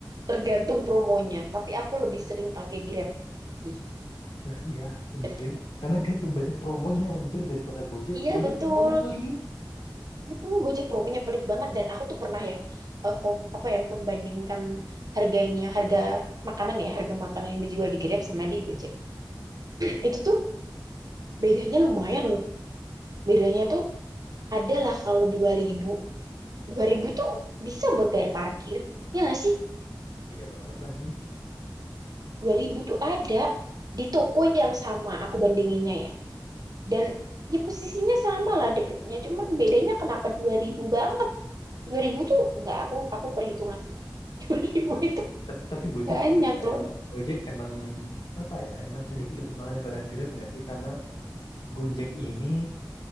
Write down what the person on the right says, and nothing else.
tergantung promonya. Tapi aku lebih sering pakai Grab sih.
Ter-
Iya
betul.
Hmm, Gojek promonya pelit banget dan aku tuh pernah ya eh, kom, apa ya membandingkan harganya harga makanan ya harga makanan yang dijual di Grab sama di Gojek itu tuh bedanya lumayan loh bedanya tuh adalah kalau dua ribu dua ribu tuh bisa buat bayar parkir ya nggak sih
2000 tuh ada di toko yang sama aku bandinginnya ya dan ya posisinya sama lah deketnya cuman bedanya kenapa 2000 banget 2000 tuh nggak aku aku perhitungan sih <laughs> dua ribu itu
banyak
loh